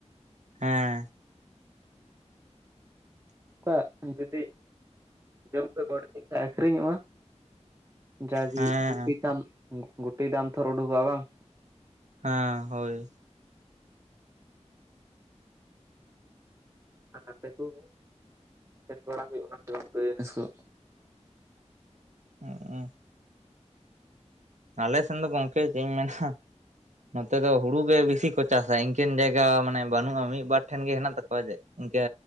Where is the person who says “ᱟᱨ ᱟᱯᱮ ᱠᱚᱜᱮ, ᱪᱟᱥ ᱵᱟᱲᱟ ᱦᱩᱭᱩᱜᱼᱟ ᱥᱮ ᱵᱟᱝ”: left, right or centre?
Right